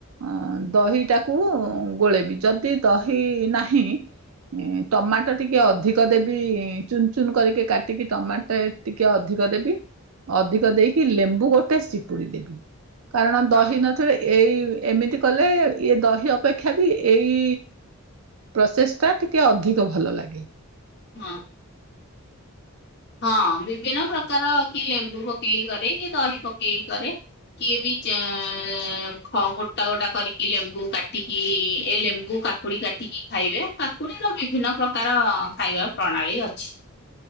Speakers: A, on the right; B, on the left.
A: ଅଁ ଦହିଟାକୁ ଗୋଳେଇବି ଯଦି ଦହି ନାହିଁ ଇଁ ଟମାଟୋ ଟିକେ ଅଧିକ ଦେବି ଚୁନ ଚୁନ କରିକି କାଟିକି ଟମାଟୋ ଟେ ଟିକେ ଅଧିକ ଦେବି। ଅଧିକ ଦେଇକି ଲେମ୍ବୁ ଗୋଟେ ଚିପୁଡ଼ି ଦେବି। କାରଣ
B: ସାଲା
A: ଦହି
B: ହଁ
A: ନ ସେତବେଳେ ଏଇ ଏମିତି କଲେ ଇଏ ଦହି ଅପେକ୍ଷା ବି ଏଇ ପ୍ରସେସ ଟା ଟିକେ ଅଧିକ ଭଲ ଲାଗେ।
B: ହଁ। ହଁ ବିଭିନ୍ନ ପ୍ରକାର କି ଲେମ୍ବୁ ପକେଇକି କରେ କିଏ ଦହି ପକେଇକି କରେ। କିଏ ବି <unintelligible> ଗୋଟା ଗୋଟା କରିକି ଲେମ୍ବୁ କାଟିକି ଏ ଲେମ୍ବୁ କା କାକୁଡ଼ି କାଟିକି ଖାଇବେ କାକୁଡ଼ିର ବିଭିନ୍ନ ପ୍ରକାର ଖାଇବା ପ୍ରଣାଳୀ ଅଛି।